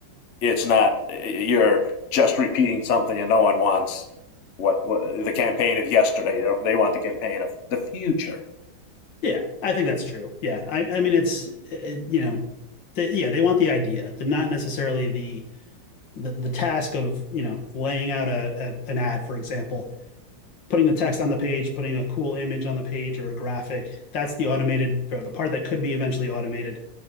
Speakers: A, on the left; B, on the left.
A: it's not, you're just repeating something and no one wants what, what the campaign of yesterday. You know, They want the campaign of the future.
B: Yeah, I think that's true. Yeah, I, I mean, it's it, you know, the, yeah, they want the idea, the not necessarily the the, the task of you know laying out a, a an ad, for example, putting the text on the page, putting a cool image on the page or a graphic. That's the automated or the part that could be eventually automated